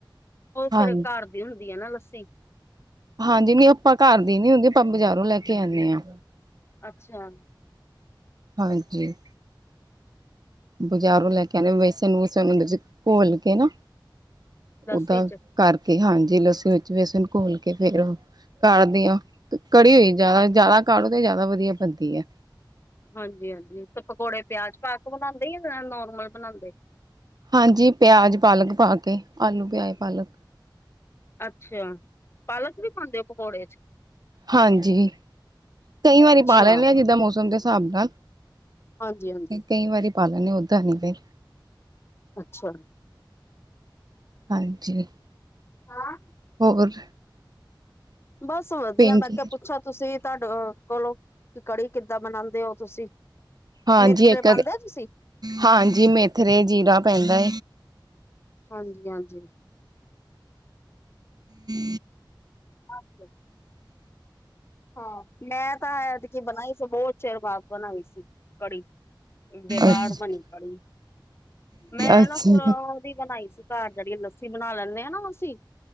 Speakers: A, on the left (about 30°); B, on the right (about 55°).
A: ਉਹ
B: ਹਾਂਜੀ
A: ਫੇਰ ਘਰ ਦੀ ਹੁੰਦੀ ਹੈ ਨਾ ਲੱਸੀ।
B: ਹਾਂਜੀ, ਨੀ ਆਪਾਂ ਘਰ ਦੀ ਨੀ ਹੁੰਦੀ ਆਪਾਂ ਬਾਜ਼ਾਰੋਂ ਲੈ ਕੇ ਆਦੇ ਹਾਂ।
A: ਅੱਛਾ,
B: ਹਾਂਜੀ, ਬਜ਼ਾਰੋਂ ਲੈ ਕੇ ਆਉਂਦੇ ਵੈਸੇ ਨੂੰ <inaudible> ਚ ਘੋਲ ਕੇ ਨਾ
A: ਲੱਸੀ
B: ਓਦਾਂ।
A: ਚ
B: ਕਰਕੇ ਹਾਂਜੀ ਲੱਸੀ ਵਿੱਚ ਬੇਸਣ ਘੋਲ ਕੇ ਫੇਰ। ਕਾੜਦੇ ਆ ਕੜੀ ਹੋਈ ਜ਼ਿਆਦਾ ਜ਼ਿਆਦਾ ਕਾੜੋ ਤੇ ਜ਼ਿਆਦਾ ਵਧੀਆ ਬਣਦੀ ਹੈ।
A: ਹਾਂਜੀ, ਹਾਂਜੀ ਤੇ ਪਕੌੜੇ ਪਿਆਜ ਪਾ ਕੇ ਬਣਾਉਦੇ ਆ ਜਾਂ ਨੋਰਮਲ ਬਣਾਉਦੇ?
B: ਹਾਂਜੀ ਪਿਆਜ਼ ਪਾਲਕ ਪਾ ਕੇ ਆਲੂ ਪਿਆਜ਼ ਪਾਲਕ।
A: ਅੱਛਾ, ਪਾਲਕ ਵੀ ਪਾਦੇ ਪਕੌੜੇ ਚ,?
B: ਹਾਂਜੀ, ਕਈ ਵਾਰੀ
A: ਅੱਛਾ,
B: ਪਾ ਲੈਦੇ ਆ ਜਿੱਦਾਂ ਮੌਸਮ ਦੇ ਹਿਸਾਬ ਨਾਲ।
A: ਹਾਂਜੀ ਹਾਂਜੀ,
B: ਕਈ ਵਾਰੀ ਪਾ ਲਨੇ ਓਦਾਂ ਨੀ ਫਿਰ।
A: ਅੱਛਾ,
B: ਹਾਂਜੀ,
A: ਹਾਂ,
B: ਹੋਰ
A: ਬਸ ਵਧੀਆ,
B: ਭਿੰਡੀ
A: ਮੈਂ ਕਿਹਾ ਪੁੱਛਾਂ ਤੁਸੀਂ ਤੁਹਾਡੇ ਕੋਲੋਂ ਕਿ ਕੜੀ ਕਿੱਦਾਂ ਬਣਾਉਂਦੇ ਹੋ ਤੁਸੀਂ?
B: ਹਾਂਜੀ
A: ਮੇਥਰੇ
B: ਇੱਕ
A: ਪਾਉਦੇ ਹੋ ਤੁਸੀਂ?
B: ਹਾਂਜੀ ਮੇਥਰੇ ਜੀਰਾ ਪੈਂਦਾ।
A: ਹਾਂਜੀ, ਹਾਂਜੀ।
B: ਹੁ
A: ਹਾਂਜੀ। ਹਾਂ ਮੈਂ ਤਾਂ ਐਤਕੀਂ ਬਣਾਈ ਸੀ ਬਹੁਤ ਚਿਰ ਬਾਅਦ ਬਣਾਈ ਸੀ ਕੜੀ। ਬੇਕਾਰ
B: ਅੱ
A: ਬਣੀ ਕੜੀ। ਮੈਂ
B: ਅੱਛਾ
A: ਨਾ ਫਿਰ ਦੀ ਬਣਾਈ ਸੀ ਘਰ ਜਿਹੜੀ ਲੱਸੀ ਬਣਾ ਲੈਂਦੇ ਹਾਂ ਨਾ ਅਸੀਂ